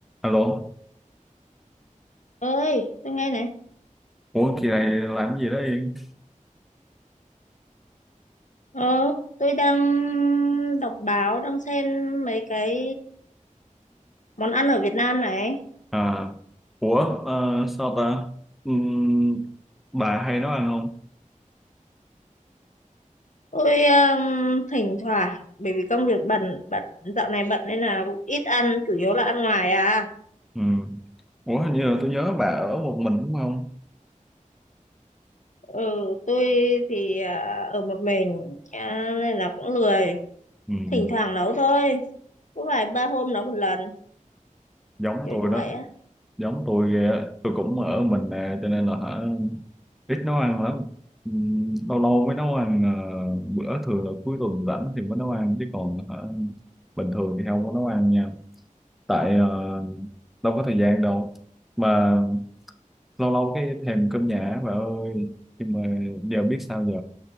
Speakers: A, in the centre; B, on the left.
A: Alo,
B: ơi tôi nghe này
A: ủa kỳ này làm gì đó Yên?
B: ờ tôi đang đọc báo đang xem mấy cái món ăn ở Việt Nam này
A: À, ủa ờ, sao ta? Ừm, bà hay nấu ăn không?
B: tôi um, thỉnh thoảng bởi vì công việc bận bận dạo này bận nên là cũng ít ăn chủ yếu là ăn ngoài à
A: Ừm, Ủa hình như là tôi nhớ bà ở một mình đúng không?
B: ừ tôi thì à, ở một mình à, nên là cũng lười
A: Ừm,
B: thỉnh thoảng nấu thôi có vài ba hôm nấu một lần
A: Giống
B: kiểu
A: tôi
B: như
A: đó,
B: vậy á
A: giống tôi ghê á. Tôi cũng ở mình nè, cho nên là hả ít nấu ăn lắm. Ừm, lâu lâu mới nấu ăn ờ, bữa thường là cuối tuần rảnh thì mới nấu ăn chứ còn hả bình thường thì không có nấu ăn nha. Tại ờ, đâu có thời gian đâu. Mà lâu lâu cái thèm cơm nhà bà ơi nhưng mà giờ biết sao giờ